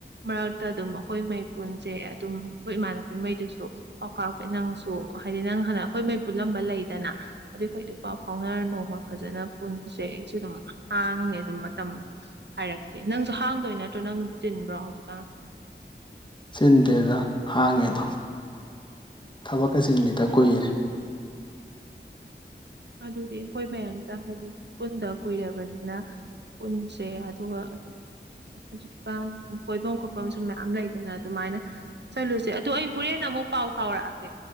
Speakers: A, on the right (about 65°); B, on the left (about 25°).
A: ꯃꯔꯛꯇ ꯑꯗꯨꯝ ꯑꯩꯈꯣꯏ ꯃꯩ ꯄꯨꯟꯁꯦ ꯑꯗꯨꯝ ꯑꯩꯈꯣꯏ ꯏꯃꯥꯟꯅꯕꯤꯉꯩꯗꯨꯁꯨ ꯄꯥꯎ ꯐꯥꯎꯔꯛꯄꯦ ꯅꯪꯁꯨ ꯍꯥꯏꯗꯤ ꯅꯪ ꯍꯥꯟꯅ ꯑꯩꯈꯣꯏ ꯃꯩ ꯄꯨꯜꯂꯝꯕ ꯂꯩꯗꯅ ꯑꯗꯨꯈ ꯑꯗꯨ ꯄꯥꯎ ꯐꯥꯎꯅꯔ ꯅꯣꯡꯃ ꯐꯖꯅ ꯄꯨꯟꯁꯦ ꯑꯩꯁꯨ ꯑꯗꯨꯝ ꯍꯥꯡꯉ ꯑꯗꯨꯝ ꯃꯇꯝ ꯍꯥꯏꯔꯛꯀꯦ ꯅꯪꯁꯨ ꯍꯥꯡꯗꯣꯏ ꯅꯠꯇ꯭ꯔꯣ ꯅꯪ ꯑꯗꯨꯝ ꯆꯤꯟꯕ꯭ꯔꯣ ꯍꯧꯖꯤꯛꯀꯥꯟ
B: ꯆꯤꯟꯗꯦꯗ ꯍꯥꯡꯉꯦꯗꯣ ꯊꯕꯛꯀ ꯆꯤꯟꯒꯤꯗ ꯀꯨꯏꯔꯦ
A: ꯑꯗꯨꯗꯤ ꯑꯩꯈꯣꯏ ꯃꯌꯥꯝꯗ ꯍꯥꯏꯗꯤ ꯄꯨꯟꯗ ꯀꯨꯏꯔꯕꯅꯤꯅ ꯄꯨꯟꯁꯦ ꯑꯗꯨꯒ ꯑꯗꯨꯝ ꯍꯧꯖꯤꯛꯀꯥꯟ ꯀꯣꯏꯐꯝ ꯈꯣꯠꯐꯝꯁꯨ ꯃꯌꯥꯝ ꯂꯩꯗꯅ ꯑꯗꯨꯃꯥꯏꯅ ꯆꯠꯂꯨꯁꯦ ꯑꯗꯨ ꯑꯩ ꯍꯣꯔꯦꯟ ꯑꯃꯨꯛ ꯄꯥꯎ ꯐꯥꯎꯔꯛꯑꯒꯦ